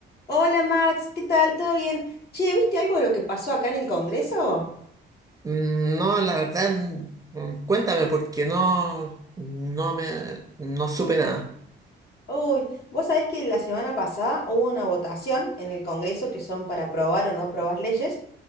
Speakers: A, on the left; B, on the right.
A: Hola Max, ¿qué tal? ¿Todo bien? Che, ¿viste algo de lo que pasó acá en el Congreso?
B: Mm, No, la verdad, mm, cuéntame porque no, no me, no supe nada.
A: Uy, vos sabés que la semana pasada hubo una votación en el Congreso que son para aprobar o no aprobar leyes